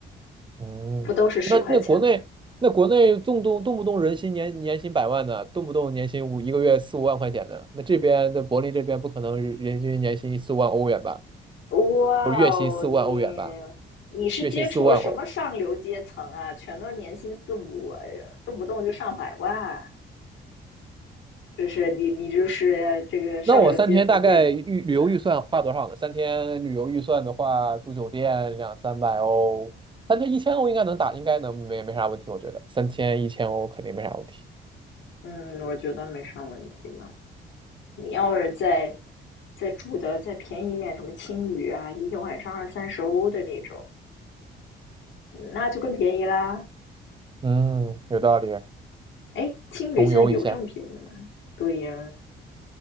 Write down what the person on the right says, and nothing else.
嗯，
那那国内那国内动动动不动人薪年年薪百万的，动不动年薪五一个月四五万块钱的，那这边的柏林这边不可能人人均年薪四五万欧元吧，
不是月薪四五万欧元吧，
月薪四五万欧。
那我三天大概预旅游预算花多少呢？三天旅游预算的话，住酒店两三百欧，三天一千欧应该能打，应该能没没啥问题，我觉得三天一千欧肯定没啥问题。
嗯，有道理，
穷游一下。